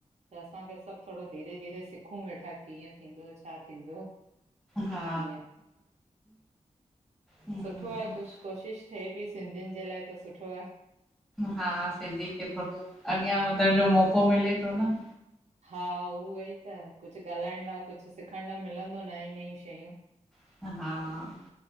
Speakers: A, on the right (about 60°); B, in the centre.
A: त असांखे सब थोड़ो धी-रे धीरे सिखूं वेठा, कीअं थींदो, छा थींदो?
B: हा
A: ईअं।
B: हम्म
A: सुठो आ, कुछु कोशिशि थिए पई सिंधियुन जे लाइ त सुठो आ।
B: हा, सिंधी खे थोड़ो अॻियां वधण जो मौको मिले थो न।
A: हा उऊ ई त कुझु ॻाल्हाइण लाइ, कुझु सिखण लाइ मिलंदो नई नई शयूं।
B: हा